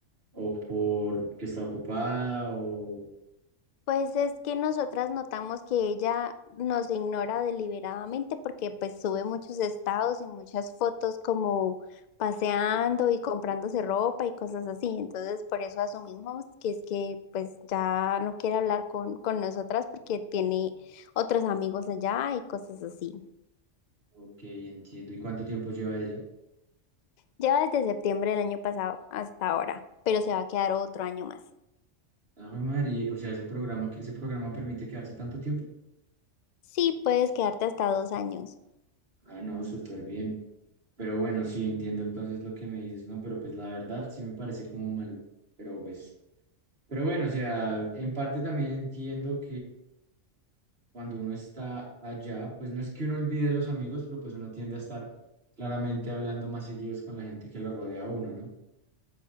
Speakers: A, on the right (about 50°); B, on the left (about 80°).
A: o por que está ocupada, o
B: Pues es que nosotras notamos que ella nos ignora deliberadamente porque pues sube muchos estados y muchas fotos como paseando y comprándose ropa y cosas así. Entonces por eso asumimos que es que pues ya no quiere hablar con, con nosotras porque tiene otros amigos allá y cosas así.
A: ok, entiendo. ¿Y cuánto tiempo lleva ella?
B: Lleva desde septiembre del año pasado hasta ahora, pero se va a quedar otro año más.
A: Ah, jue María, o sea, ese programa, que ese programa permite quedarse tanto tiempo.
B: Sí, puedes quedarte hasta dos años.
A: Ah, no, súper bien. Pero bueno, sí, entiendo entonces lo que me dices, ¿no? Pero pues la verdad sí me parece como maluco. Pero pues, pero bueno, o sea, en parte también entiendo cuando uno está allá, pues no es que uno olvide a los amigos, pero pues uno tiende a estar claramente hablando más seguidos con la gente que lo rodea a uno, ¿no?